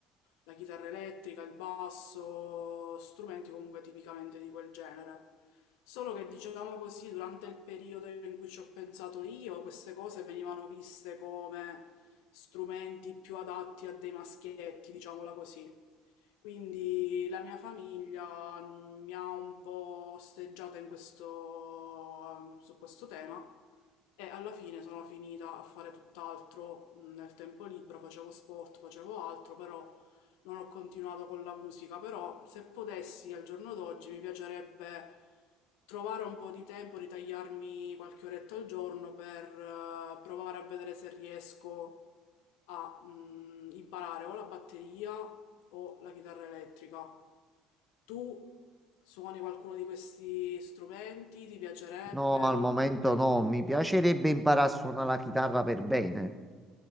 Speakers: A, on the left (about 75°); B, in the centre.
A: la chitarra elettrica, il basso, strumenti comunque tipicamente di quel genere. Solo che, diciamo così, durante il periodo in cui ci ho pensato io, queste cose venivano viste come strumenti più adatti a dei maschietti, diciamola così. Quindi la mia famiglia mh, mi ha un po' osteggiata in questo, su questo tema e alla fine sono finita a fare tutt'altro mh, nel tempo libero, facevo sport, facevo altro, però non ho continuato con la musica, però se potessi al giorno d'oggi mi piacerebbe trovare un po' di tempo, ritagliarmi qualche oretta al giorno per eh, provare a vedere se riesco a mh, imparare o la batteria o la chitarra elettrica. Tu suoni qualcuno di questi strumenti? Ti piacerebbe?
B: No, al
A: Non
B: momento
A: ti piacerebbe?
B: no, mi piacerebbe imparare a suonare la chitarra per bene,